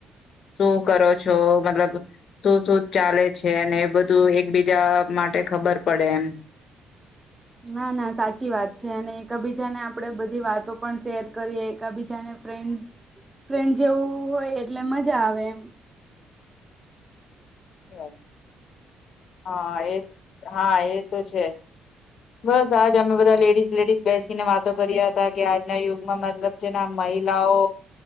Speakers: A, on the left; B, on the right.
A: શું કરો છો મતલબ શું શું ચાલે છે એ બધું એકબીજા માટે ખબર પડે એમ.
B: ના ના સાચી વાત છે અને કબીજ બીજાને આપડે બધી વાતો પણ શેર કરીએ એક બીજાને ફ્રેન્ડ ફ્રેન્ડ જેવું હોય એટલે મજા આવે એમ.
A: <unintelligible> હા એ હા એ તો છે. બસ આજ અમે બધા લેડીઝ લેડીસ બેસીને વાતો કર્યા હતા કે આજના યુગમાં મતલબ જેના મહિલાઓ